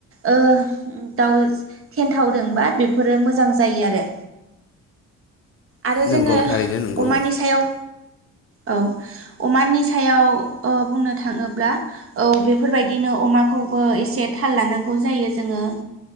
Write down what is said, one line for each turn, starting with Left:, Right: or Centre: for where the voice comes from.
Right: ओ दाव। ओ थावदोंबा बेफोर मोजां जायो आरो। आरो
Left: नंगौ
Right: जोङो
Left: थारैनो नंगौ
Right: अमानि सायाव। औ अमानि सायाव ओ बुंनो। थाङोब्ला औ बेफोरबायदिनो अमाखौबो एसे थाल लानांगौ जायो जोङो।